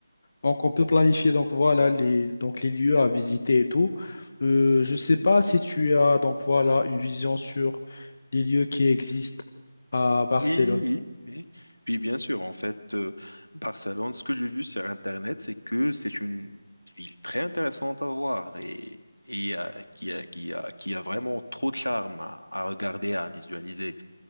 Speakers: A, on the left; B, on the left.
A: Donc, on peut planifier donc voilà les donc les lieux à visiter et tout. Euh, je sais pas si tu as donc voilà une vision sur les lieux qui existent à Barcelone.
B: Oui, oui, oui. Oui, bien sûr. En fait, euh, Barcelone, ce que j'ai vu sur Internet, c'est que c'est une ville très intéressante à voir et, et, euh, qui a, qui a, qui a vraiment trop de charme à, à regarder, à visualiser.